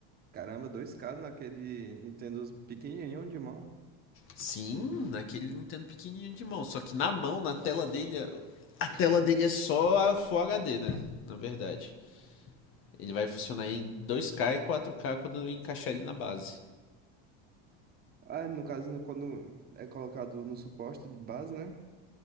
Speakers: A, on the right; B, on the left.
A: Caramba, dois k naquele Nintendo pequenininho de mão.
B: Sim, naquele Nintendo pequenininho de mão, só que na mão, na tela dele, a tela dele é só a Full HD, né? Na verdade. Ele vai funcionar em 2K e 4K quando eu encaixar ele na base.
A: Ah, no caso, né, quando é colocado no suporte de base, né?